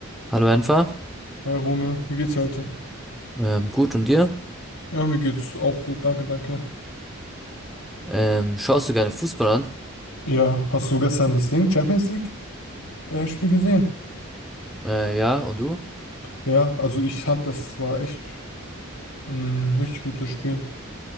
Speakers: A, in the centre; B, on the left.
A: Hallo Enfer,
B: Hey Romeo, wie geht's dir heute?
A: ähm, gut und dir?
B: Ja, mir geht's auch gut, danke, danke.
A: Ähm, schaust du gerne Fußball an?
B: Ja, hast du gestern das Ding, Champions League äh, Spiel gesehen?
A: Äh, ja, und du?
B: Ja, also ich fand, das war echt ein richtig gutes Spiel.